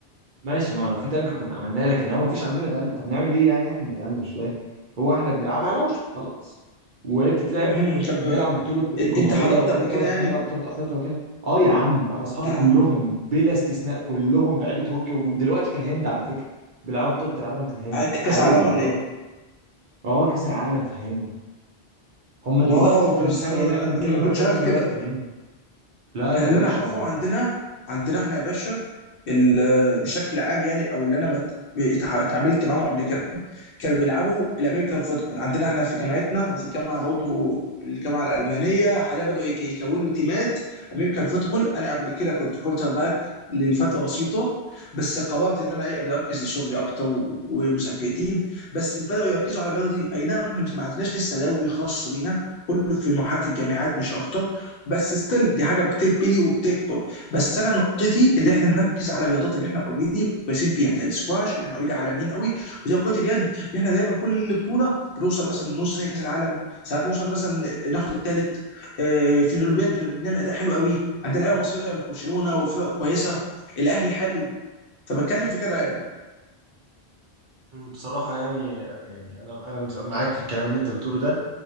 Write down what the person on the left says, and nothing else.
مهم.
طب آه،
إن- انت حضرت
قبل كده يعني
آه،
كاس
عالم ولا
ايه؟
واو
يا
اسطى انا
انا ما كنتش
عارف
كده
انا
اللي
انا اعرفه عندنا عندنا احنا يا باشا ال- بشكل عام يعني او اللي انا بت- اتع- اتعاملت معاهم قبل كده كانوا بيلعبوا الامريكان فوتبول عندنا احنا في جامعتنا وفي الجامعه برضه الجامعه الالمانيه حاليا بداوا يك- يكونوا تيمات امريكان فوتبول انا قبل كده كنت كورتر باك لفتره بسيطه بس قررت ان انا ايه ابدا اركز لشغلي اكتر ومذاكرتي بس بداوا يركزوا على رياضي اي نعم احنا مش ما عندناش لسه دوري خاص بينا كله في مرحله الجامعات مش اكتر بس ستيل دي حاجه بتبني وبتكبر بس انا نقطتي اللي احنا نركز على الرياضات اللي احنا اوريدي كويسين فيها زي السكواش اللي احنا اوريدي عالميين قوي وزي كره اليد اللي احنا دايما كل بطوله بنوصل مثلا نص نهائي كاس العالم ساعات بنوصل مثلا ناخد الثالث في الاولمبياد بنعمل اداء حلو قوي عندنا لعيبه مصريه في برشلونه وفرق كويسه الاهلي حلو فبتكلم في كده يعني